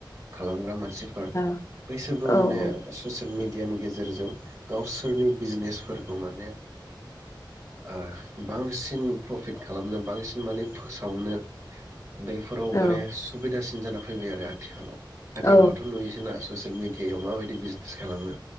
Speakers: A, on the right (about 40°); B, on the left (about 40°).
A: खालामग्रा मानसि मानसिफोर
B: औ
A: बैसोरबो
B: औ
A: माने ससियेल मिडिया यानि गेजेरजों गावसोरनि बिजनेफोरखौ माने आ बांसिन प्रफिट खालामनो बांसिन माने फोसावनो दै फोराव
B: औ
A: बारे सुबिदासिन जाना फैबाय आरो आथिखालाव आथिखालावथ'
B: औ
A: नुयोसोना ससियेल मिडियायाव माबायदि बिजिनेस खालामो